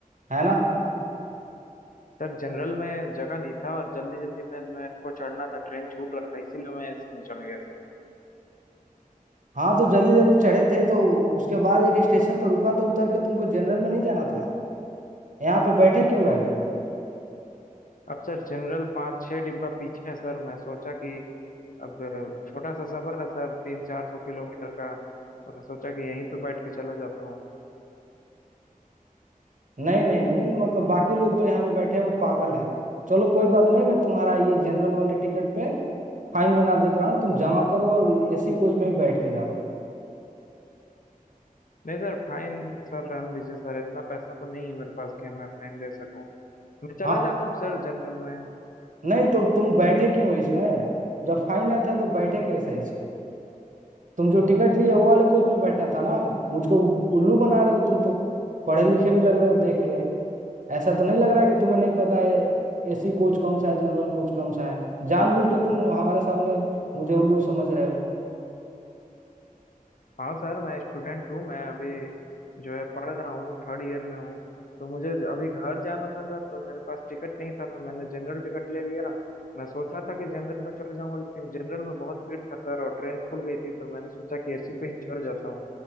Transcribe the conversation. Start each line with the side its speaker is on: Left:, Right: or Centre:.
Right: है ना
Left: सर जनरल में जगह नहीं था और जल्दी जल्दी में मेरे को चढ़ना था ट्रेन छूट रहा था इसीलिए मैं एसी में चढ़ गया सर
Right: हाँ तो जल्दी जल्दी चढ़े थे तो उसके बाद एक स्टेशन पर रुका तो उतर के तुमको जनरल में नहीं जाना था यहाँ पे बैठे क्यों रह गए
Left: अब सर जनरल पाँच छः डिब्बा पीछे है सर मैं सोचा कि अब छोटा सा सफर है सर तीन चार सौ किलोमीटर का तो मैं सोचा कि यहीं पे बैठ के चला जाता हूँ
Right: नहीं नहीं नहीं मतलब बाकी लोग तो यहाँ पे बैठे हैं वो पागल हैं चलो कोई बात नहीं मैं तुम्हारा ये जनरल वाले टिकट पे फाइन बना देता रहा हूँ तुम जमा करो और एसी कोच में ही बैठ के जाओ
Left: नहीं सर फाइन सर रहने दीजिए सर इतना पैसा तो नहीं है मेरे पास कि मैं फाइन दे सकूँ मैं चला
Right: हाँ
Left: जाता हूँ सर जनरल में
Right: नहीं तो तुम बैठे क्यों इसमें जब फाइन आया था तो बैठे कैसे इसमें तुम जो टिकट लिए वो वाले कोच में बैठना था ना मुझको उल्लू बना रहे हो तुम तो पढ़े लिखे भी लग रहे हो देख के ऐसा तो नहीं लग रहा है कि तुम्हें नहीं पता है एसी कोच कौन सा है जनरल कोच कौन सा है जानबूझ के तुम हमारे सामने मुझे उल्लू समझ रहे हो
Left: हाँ सर मैं स्टूडेंट हूँ मैं अभी जो है पढ़ रहा हूँ थर्ड ईयर में हूँ तो मुझे अभी घर जाना था सर तो मेरे पास टिकट नहीं था तो मैंने जनरल टिकट ले लिया मैं सोचा था कि जनरल में चढ़ जाऊंगा लेकिन जनरल में बहुत भीड़ था सर और ट्रेन खुल गई थी तो मैंने सोचा कि एसी पे ही चढ़ जाता हूँ